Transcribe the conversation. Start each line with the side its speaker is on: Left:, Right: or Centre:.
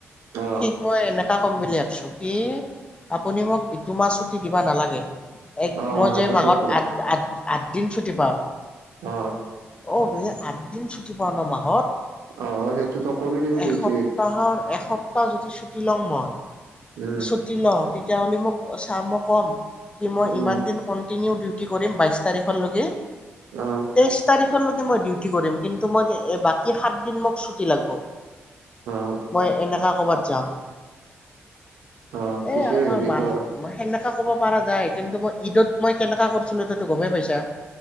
Right: অ
Left: শিক মই এনে কম বুলি ভাবিছো কি আপুনি মোক ইটো মাহ ছুটি দিবা নালাগে এক
Right: অ অ
Left: মই যে
Right: সেনেকৈ
Left: মাহত আঠ আঠ আঠদিন ছুটি পাওঁ
Right: আহ
Left: অ বে আঠ দিন ছুটি পোৱা ন মাহত? মাহত
Right: অ সেইটোতো কৰি দিবি
Left: এসপ্তাহৰ-এসপ্তাহ
Right: ডিউটি
Left: যদি ছুটি লওঁ মই,
Right: উম
Left: ছুটি লওঁ তেওঁ বুলি মোক, চাহ মোক কম কি মই ইমান
Right: উম
Left: দিন খ কনটিনিও ডিউটি কৰিম বাইশ তাৰিখৰ লগে
Right: অ
Left: তেইশ তাৰিখৰ নে মই ডিউটি কৰিম? কিন্তু মই সাতদিন মোক ছুটি লাগিব।
Right: অ
Left: মই এনে ক ক'বাত যাম?
Right: অ পিছে
Left: এ আমাৰ
Right: হেৰি
Left: মানুহ
Right: কৰ
Left: সেনেকা ক'ব পৰা যায়, কিন্তু মই ঈদত মই কেনেকা কৰিছিলো তো গমেই পাইছা